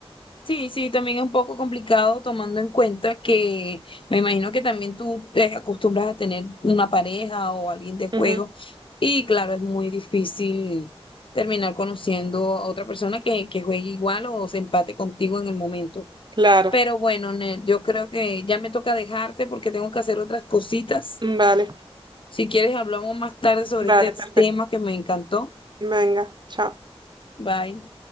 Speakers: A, on the left; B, on the right.
A: Sí, sí, también es un poco complicado tomando en cuenta que me imagino que también tú te acostumbras a tener una pareja o alguien de juego
B: Ujú,
A: y claro, es muy difícil terminar conociendo a otra persona que, que juegue igual o se empate contigo en el momento.
B: Claro,
A: Pero bueno, Nel, yo creo que ya me toca dejarte porque tengo que hacer otras cositas.
B: vale,
A: Si quieres, hablamos más tarde sobre
B: vale,
A: este
B: perfecto.
A: tema que me encantó.
B: Venga, chao.
A: Bye.